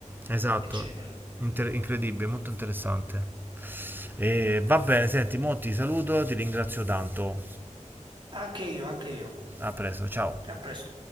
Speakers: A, on the right; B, on the right.
A: esatto,
B: eccetera.
A: Inter- incredibile, molto interessante. Eh, va bene, senti, mo ti saluto, ti ringrazio tanto.
B: Anche io, anche io.
A: A presto, ciao.
B: A presto.